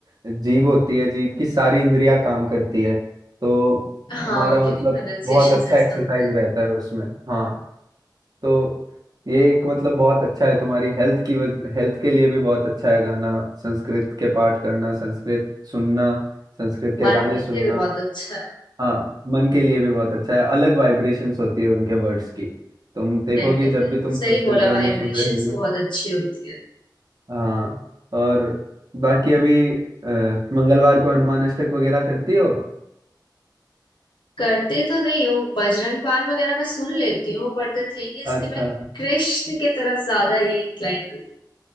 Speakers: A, on the right; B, on the left.
A: जीभ होती है जीभ की सारी इंद्रियां काम करती है तो
B: हाँ
A: तुम्हारा
B: क्योंकि
A: मतलब
B: प्रोनाउंसिएशन
A: बहुत अच्छा
B: ऐसे
A: एक्सरसाइज
B: होते हैं
A: रहता है उसमें हाँ तो ये एक मतलब बहुत अच्छा है तुम्हारी हेल्थ की हेल्थ के लिए भी बहुत अच्छा है गाना संस्कृत के पाठ करना संस्कृत सुनना संस्कृत के
B: मन
A: गाने
B: के
A: सुनना
B: लिए भी बहुत अच्छा है
A: हाँ मन के लिए भी बहुत अच्छा है अलग वाइब्रेशंस होती है उनके वर्ड्स की तुम देखोगे
B: मेंटल
A: जब
B: हेल्थ
A: भी तुम
B: सही
A: संस्कृत
B: बोला
A: गाने
B: वाइब्रेशंस
A: सुन रहे हो
B: बहुत अच्छी होती है
A: हाँ और बाकी अभी अ, मंगलवार को हनुमान अष्टक वगैरह करती हो
B: करती तो नहीं हूँ बजरंग बाण वगैरह मैं सुन लेती हूँ बट द थिंग इज
A: अच्छा
B: कि मैं कृष्ण की तरफ ज्यादा ये इंक्लाइंड